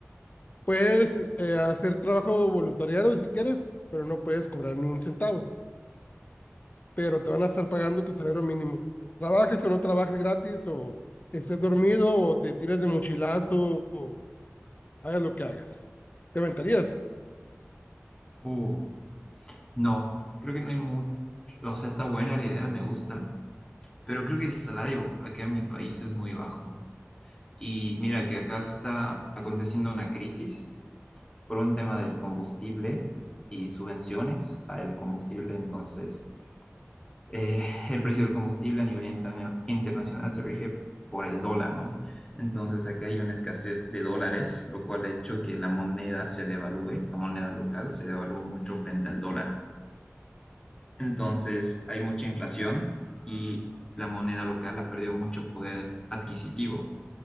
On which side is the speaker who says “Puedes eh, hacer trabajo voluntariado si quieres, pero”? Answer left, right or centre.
Left